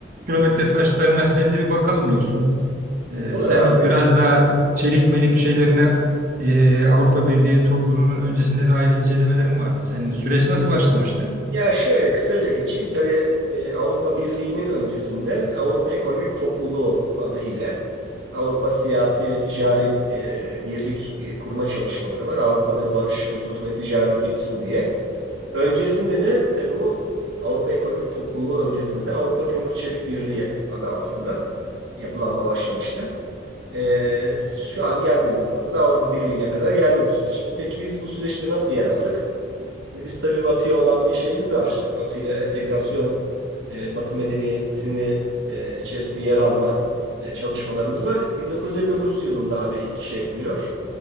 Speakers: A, on the right; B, on the right.
A: kilometre taşlarına seninle bir bakalım dostum. E,
B: Olur
A: sen
B: abi.
A: biraz daha çelik melik şeylerine e, Avrupa Birliği topluluğunun öncesinde dair incelemelerin vardı. Senin süreç nasıl başlamıştı?
B: Ya şöyle kısaca geçeyim. Tabii e, Avrupa Birliği'nin öncesinde Avrupa Ekonomik Topluluğu adı ile Avrupa Siyasi ve Ticari e, Birlik e, kurma çalışmaları var. Avrupa'da barış, huzur ve ticaret gelişsin diye. Öncesinde de tabii bu Avrupa Ekonomik Topluluğu öncesinde de Avrupa Kömür Çelik Birliği adı altında yapılanma başlamıştı. E, şu an geldiğimiz noktada Avrupa Birliği'ne kadar geldi bu süreç. E, peki biz bu süreçte nasıl yer aldık? Şimdi biz tabii Batı'ya olan bir şeyimiz var. Batı ile entegrasyon, e, Batı medeniyetini e, içerisinde yer alma e, çalışmalarımız var. 1959 yılında abi ilk şey yapılıyor.